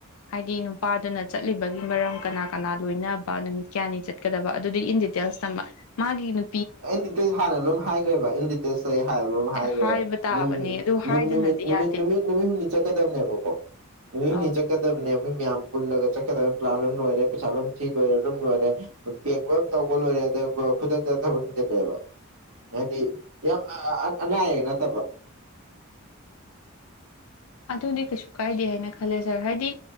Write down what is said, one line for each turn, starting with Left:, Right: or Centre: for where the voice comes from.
Left: ꯍꯥꯏꯗꯤ ꯅꯨꯄꯥꯗꯨꯅ ꯆꯠꯂꯤꯕꯒꯤ ꯃꯔꯝ ꯀꯅꯥ ꯀꯅꯥ ꯂꯣꯏꯅ ꯅꯨꯃꯤꯠ ꯀꯌꯥꯅꯤ ꯆꯠꯀꯗꯕ ꯑꯗꯨꯗꯤ ꯏꯟ ꯗꯤꯇꯦꯜꯁ ꯇꯝꯕ ꯃꯥꯒꯤ ꯅꯨ
Right: ꯑꯦꯟꯗꯤꯇꯦꯁ ꯍꯥꯟꯅ ꯂꯣꯏ ꯍꯥꯏꯈ꯭ꯔꯦꯕ ꯏꯟꯗꯤꯇꯦꯁ ꯍꯥꯏ ꯂꯣꯏ ꯍꯥꯏꯈ꯭ꯔꯦꯕ
Left: ꯍꯥꯏꯕ ꯇꯥꯕꯅꯦ
Right: ꯅꯨꯃꯤꯠ
Left: ꯑꯗꯨ ꯍꯥꯏꯗꯅꯗꯤ
Right: ꯅꯨꯃꯤꯠ ꯅꯨꯃꯤꯠ
Left: ꯌꯥꯗꯦ
Right: ꯅꯨꯃꯤꯠ ꯍꯨꯝꯅꯤ ꯆꯠꯀꯗꯝꯕꯅꯦꯕꯀꯣ ꯅꯨꯃꯤꯠ
Left: ꯑ
Right: ꯍꯨꯝꯅꯤ ꯆꯠꯀꯗꯕꯅꯦꯕ ꯃꯌꯥꯝ ꯄꯨꯜꯂꯒ ꯆꯠꯀꯗꯕꯅꯤ ꯄꯥꯜꯟ ꯂꯣꯏꯝ ꯂꯣꯏꯔꯦ ꯄꯩꯁꯥ ꯂꯣꯏꯝ ꯊꯤ ꯂꯣꯏꯔꯦ ꯂꯨꯝ ꯂꯣꯏꯔꯦ ꯄꯦꯛ ꯂꯣꯏꯟ ꯇꯧꯕ ꯂꯣꯏꯔꯦ ꯑꯗ ꯈꯨꯗꯛꯇ ꯊꯕꯛ ꯆꯤꯟꯖꯜꯂꯛꯑꯦꯕ ꯍꯥꯏꯗꯤ ꯌꯥꯝ ꯑꯅꯥ ꯑꯌꯦꯛ ꯅꯠꯇꯕ
Left: ꯑꯗꯨꯗꯤ ꯀꯩꯁꯨ ꯀꯥꯏꯗꯦ ꯍꯥꯏꯅ ꯈꯜꯂꯦ ꯁꯥꯔ ꯍꯥꯏꯗꯤ